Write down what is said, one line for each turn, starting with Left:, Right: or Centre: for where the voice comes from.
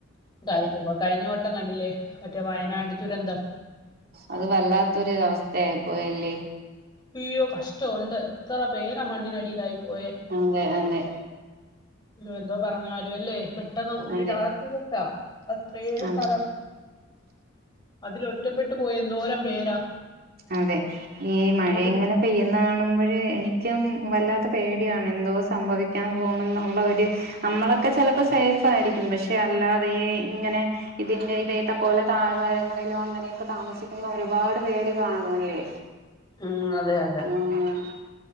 Left: ക കഴിഞ്ഞ വട്ടം കണ്ടില്ലേ മറ്റേ വയനാട് ദുരന്തം.
Right: അത് വല്ലാത്തൊരു അവസ്ഥയായിപ്പോയല്ലേ.
Left: അയ്യോ കഷ്ടമുണ്ട് എത്ര പേരാ മണ്ണിനടിയിലായി, പോയേ.
Right: അതെ അതെ
Left: എന്തോ പറഞ്ഞര് അല്ലെ പെട്ടെന്ന് ഒരു
Right: അതെ
Left: രാത്രികൊണ്ടാ അത്രേ
Right: അതെ
Left: സ്ഥലം അതിൽ, ഒറ്റപ്പെട്ടു, പോയ, എന്തോരം, പേരാ
Right: അതെ, ഈ, മഴ
Left: അവര്-
Right: ഇങ്ങനെ, പെയ്യുന്നതണ മ്പഴേ, എനിക്കും, വല്ലാത്ത പേടിയാണ്, എന്തോ, സംഭവിക്കാൻ, പോണം, എന്നുള്ള, ഒര്, നമ്മളെ ക്കെ, ചെലപ്പോ, സേഫ്, ആയിരിക്കും, പക്ഷെ ക്ഷ അല്ലാതെ, ഇങ്ങനെ, ഇതിന്റെ, ഇതേത്തെ, പോലെ, താഴവാരങ്ങളിലും, അങ്ങനെയൊക്കെ, താമസിക്കുന്ന, ഒരു ഒരുപാട്, പേര്, കാണുവല്ലേ
Left: ഉം, അതെ, അതെ.
Right: ആഹ്